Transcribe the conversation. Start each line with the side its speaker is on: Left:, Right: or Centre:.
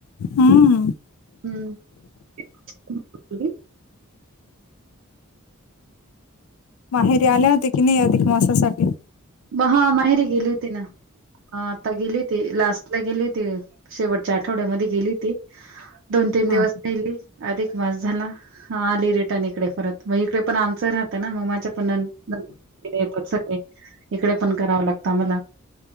Left: हम्म
Right: हम्म <unintelligible>
Left: माहेरी आल्या होत्या की नाही अधिक मासासाठी?
Right: म हा माहेरी गेली होती ना. हा आता गेली त लास्टला गेली होती शेवटच्या आठवड्यामध्ये गेली होती दोन तीन
Left: हा
Right: दिवस राहिली. अधिक मास झाला आली रेटन इकडे परत मग इकडे पण आमचं राहतं ना मग माझ्या पण नंद येतात सगळे इकडे पण कराव लागतं आम्हाला